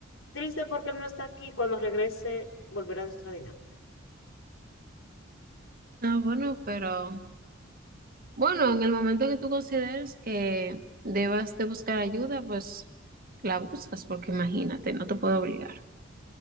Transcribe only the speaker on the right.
Ah, bueno, pero bueno, en el momento que tú consideres que debas de buscar ayuda, pues la buscas, porque imagínate, no te puedo obligar.